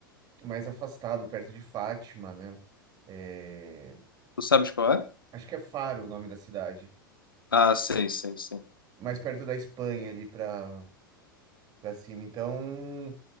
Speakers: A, on the right; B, on the left.
A: mais afastada, perto de Fátima, né? É,
B: Tu sabes qual é?
A: acho que é Faro o nome da cidade,
B: Ah, sei, sei, sei.
A: mais perto da Espanha ali para para cima. Então,